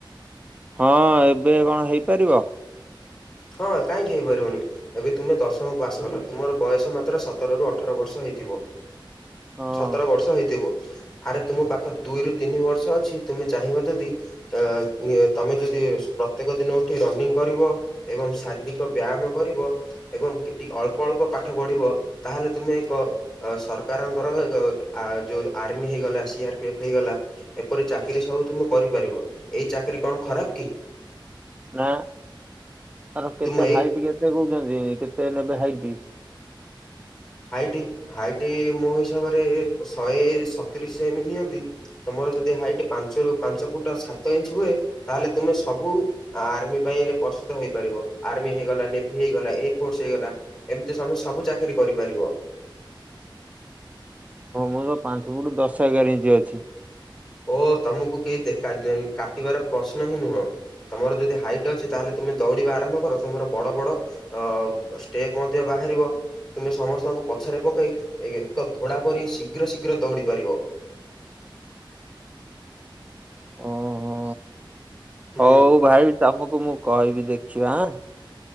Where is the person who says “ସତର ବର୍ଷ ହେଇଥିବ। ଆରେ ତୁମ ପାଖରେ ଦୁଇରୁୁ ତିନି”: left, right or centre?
Centre